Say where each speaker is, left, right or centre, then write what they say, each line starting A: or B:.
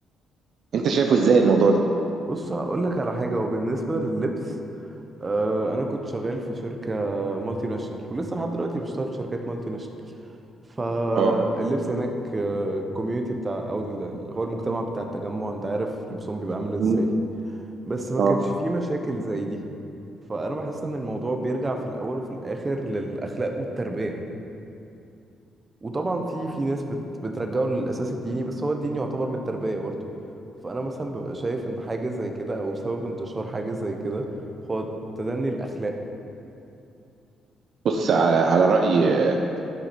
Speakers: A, on the right (about 60°); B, on the right (about 25°).
A: انت شايفه ازاي الموضوع ده؟
B: بص هقولك على حاجة وبالنسبة لللبس آه أنا كنت شغال في شركة مالتي ناشونال ولسه لحد دلوقتي بشتغل في شركات مالتي ناشونال فاللبس
A: اه
B: هناك الكوميونتي بتاع أو ال- اللي هو المجتمع بتاع التجمع أنت عارف لبسهم بيبقى عامل إزاي
A: مم.
B: بس ما
A: اه
B: كانش فيه مشاكل زي دي فانا بحس ان الموضوع بيرجع في الاول وفي الاخر للاخلاق والتربيه وطبعا في في ناس بت بترجعه للاساس الديني بس هو الدين يعتبر من التربيه برضو فانا مثلا ببقى شايف ان حاجه زي كده او سبب انتشار حاجه زي كده هو تدني الاخلاق
A: بص على على راي آه،